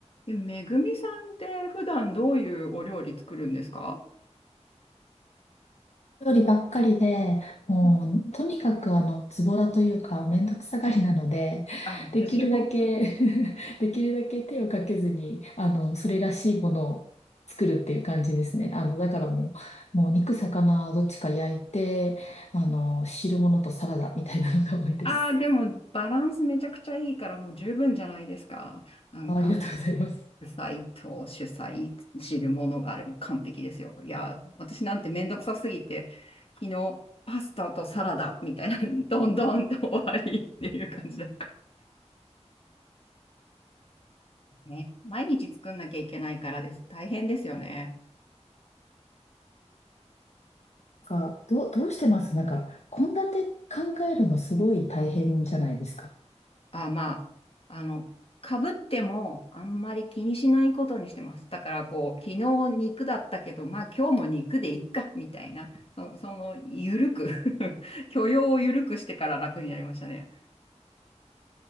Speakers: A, on the left; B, on the left.
A: え、めぐみさんって普段どういうお料理作るんですか
B: 料理ばっかりで、もう、
A: うん
B: とにかくあの、ズボラというか、めんどくさがりなので、
A: あ、
B: できるだけ
A: 私も。
B: <laughs> できるだけ手をかけずに、あの、それらしいものを作るっていう感じですね。あの、だからもう、もう肉、魚、どっちか焼いて、あの、汁物とサラダみたいなのが多いです。
A: ああーでもバランスめちゃくちゃいいからもう十分じゃないですか。なんか、
B: あ、ありがとうございます。
A: 主菜と主菜、汁物があれも完璧ですよ。いや、私なんてめんどくさすぎて、昨日パスタとサラダみたいな、<laughs> どんどんと終わりっていう感じだった。ね、毎日作んなきゃいけないからです。大変ですよね。
B: なんか、どう、どうしてますなんか、献立考えるのすごい大変じゃないですか。
A: あ、まあ、あの、かぶってもあんまり気にしないことにしてます。だからこう、昨日肉だったけど、まあ今日も肉でいっか、みたいな、そ、その、ゆるく <laughs> 許容をゆるくしてから楽になりましたね。